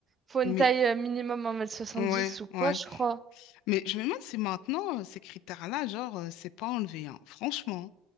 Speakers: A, on the right (about 20°); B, on the left (about 65°).
A: faut une
B: Mais,
A: taille euh, minimum un mètre soixante
B: ouais,
A: dix ou quoi,
B: ouais.
A: je crois.
B: Mais je me demande si maintenant, euh, ces critères-là, genre, euh, c'est pas enlevé, hein. Franchement.